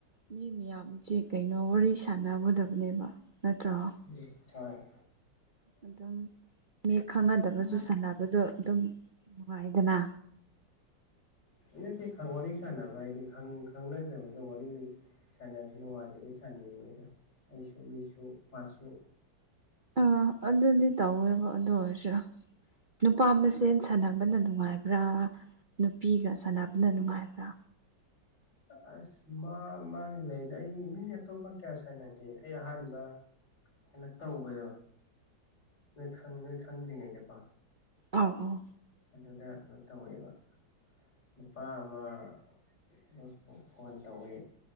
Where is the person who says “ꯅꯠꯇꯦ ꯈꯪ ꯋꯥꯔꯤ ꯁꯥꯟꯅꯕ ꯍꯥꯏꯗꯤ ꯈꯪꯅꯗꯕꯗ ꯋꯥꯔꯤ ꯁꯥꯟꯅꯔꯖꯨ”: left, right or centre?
Left